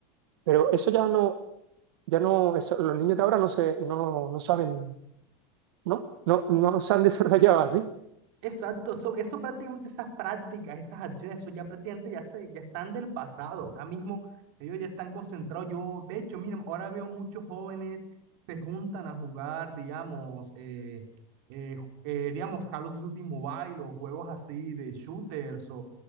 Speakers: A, on the right; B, on the right.
A: Pero eso ya no, ya no, eso- los niños de ahora no se, no, no saben, ¿no? No, no se han <laughs> desarrollado así.
B: Exacto, eso, eso prácticamente, esas prácticas, esas acciones, eso ya prácticamente ya, se, ya están del pasado. Ahora mismo ellos ya están concentrados. Yo, de hecho, miren, ahora veo muchos jóvenes se juntan a jugar, digamos, eh, eh, ju- eh, digamos, Call of Duty Mobile o juegos así de shooters o,